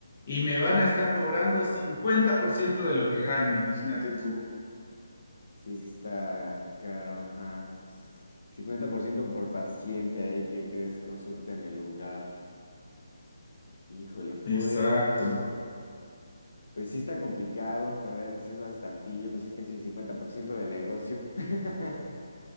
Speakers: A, on the left; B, on the left.
A: y me van a estar cobrando 50% de lo que gane, imagínate tú.
B: Sí, sí está caro, ajá. cincuenta por ciento por paciente ahí que, que des consulta en el lugar. Híjole, pues,
A: Exacto.
B: pues sí está complicado. La verdad es que sí es bastantillo, pues sí es casi el 50% del negocio. <laughs>